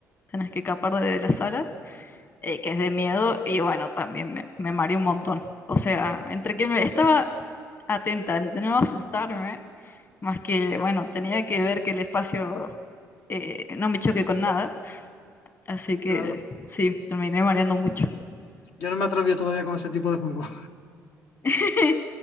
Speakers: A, on the left; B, on the left.
A: tenés que escapar de las salas, eh, que es de miedo, y bueno, también me, me mareé un montón. O sea, entre que me estaba atenta, de no asustarme, Más que, bueno, tenía que ver que el espacio eh, no me choque con nada. Así que
B: Claro.
A: sí, terminé mareando mucho.
B: Yo no me atrevo todavía con ese tipo de juegos.
A: <laughs>